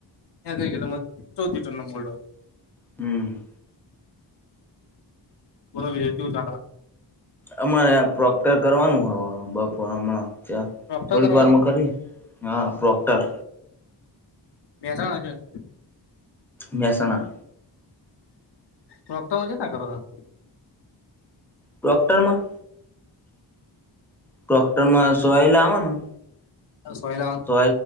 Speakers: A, on the left; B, in the centre.
A: હે કઈ ગમાં ચૌથી ટોન ન મળવા
B: હમ
A: બરા વિજય તેવું ચાલ
B: હમ પ્રોક્ટર કરવાનું હવે બપોર હમણાં ત્યાં
A: ડોક્ટર
B: થોડીક
A: કરવાનો
B: વાર કરી હા પ્રોક્ટર
A: હ મહેસાણાજન
B: મહેસણા
A: રક્તમ હો છે ત ઘર
B: ડોક્ટરમાં ડોક્ટરમાં સોવાયલા આનું
A: સોયલા
B: પ